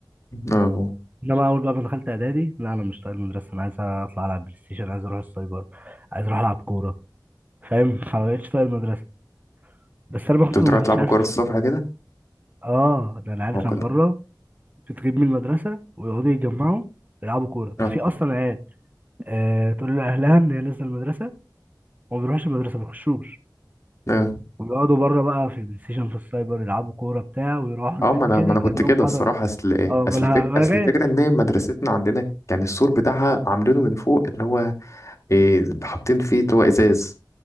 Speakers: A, on the left (about 40°); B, on the right (about 20°).
A: اه
B: انما اول بقى ما دخلت اعدادي لا انا مش طايق المدرسه انا عايز اطلع العب بلاي ستيشن عايز اروح السايبر عايز اروح العب كوره فاهم فمبقتش طايق المدرسة بس أنا ما
A: كنت
B: كنت
A: بتروح
B: ما
A: تلعبوا
B: كنتش عارف
A: كورة الصبح كده؟
B: آه ده العيال
A: اه
B: كان
A: كنا
B: بره بتغيب من المدرسة ويقعدوا يتجمعوا يلعبوا كورة كان
A: اه
B: في أصلا عيال آه تقول لأهلها إن هي نازلة المدرسة وما بيروحش المدرسة ما بيخشوش
A: اه
B: ويقعدوا بره بقى في البلاي ستيشن في السايبر يلعبوا كورة بتاع ويروحوا
A: اه
B: البيت
A: ما انا
B: كده
A: ما انا كنت
B: كأنهم
A: كده
B: حضر
A: الصراحه اصل ايه
B: آه
A: اصل
B: مالها
A: الفك...
B: مالها
A: اصل
B: جاية
A: الفكره ان إيه مدرستنا عندنا كان السور بتاعها عاملينه من فوق اللي هو إيه حاطين فيه اللي هو ازاز